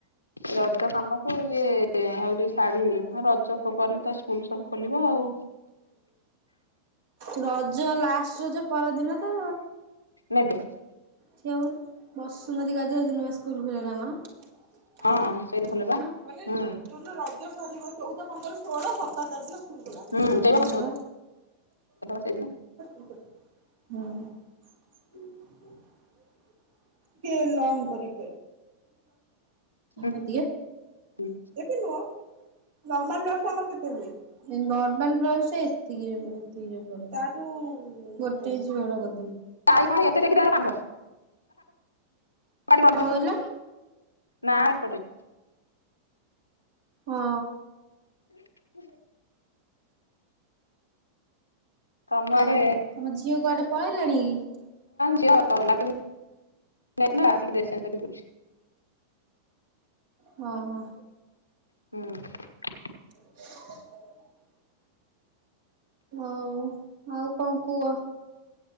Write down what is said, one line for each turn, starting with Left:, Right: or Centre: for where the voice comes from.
Left: ରଦ କାମକୁ ଇଏ ଏଇ ଶାଢୀ ହଁ ରଜ କ ପରେତ ସ୍କୁଲ ସବୁ ଖୋଲିବ ଆଉ।
Right: ରଜ ଲା ସଜ ପରଦିନ ତ।
Left: ନେବେ।
Right: ସେ ଆଉ ବସୁମତୀ ଗାଧୁଆ ଦିନ ବା ସ୍କୁଲ ଖୋଲି ଲା ନା କଣ?
Left: ହଁ ସେଇ ଖୋଲେ ବା
Right: ମାନେ
Left: ହୁଁ
Right: ଯୋଉ ରଜ ସରିବ ଚଉଦ ପନ୍ଦର ଷୋହଳ ସତର ତାରିଖରେ ସ୍କୁଲ
Left: ହୁଁ ସେଇ ବା
Right: ଖୋଲିବ।
Left: ସେଇଦିନ
Right: <unintelligible> <inaudible> ଟିକେ ଲଙ୍ଗ କରି <unintelligible>
Left: ହୁଁ
Right: ଏତେ
Left: ହୁଁ
Right: ବି ନୁହଁ ନର୍ମାଲ ଆମ <inaudible> ବରବାଲ ବ୍ଲାଉସୁ ଟା ଏତିକି ରେ ପଡିବ ଏତିକି ରେ ପଡିବ। ତା ଠୁ ଗୋଟେ ଯୁଆର ବୋ
Left: ତାଇ <unintelligible> କଣ ଏତେ ଟକି ଦର କାନ୍ଦ <inaudible>
Right: କହିଲ
Left: ନାଁ ଏପଟେ।
Right: ହଁ।
Left: <inaudible> ତମ
Right: ହଉ
Left: ଆଡେ
Right: ତମ ଝିଅ କୁଆଡେ ପଳେଇଲାଣି କି?
Left: ଥିଲା <unintelligible> ଆ
Right: ହଁ ହଁ।
Left: ହୁଁ।
Right: <inaudible> ହଉ ଆଉ କଣ କୁଅ।